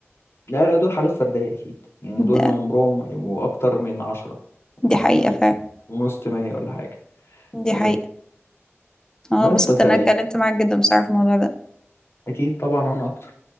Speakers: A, on the left; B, on the left.
A: لا لا دول حالات فردية أكيد يعني دول
B: ده-
A: عمرهم ما يبقوا أكتر من عشرة
B: دي حقيقة
A: في
B: فعلا
A: في وسط مية ولا حاجة
B: دي
A: أه،
B: حقيقة اه
A: بس
B: انبسطت
A: بس
B: ان انا اتكلمت معاك جدا بصراحة في الموضوع ده
A: اكيد طبعا وانا اكتر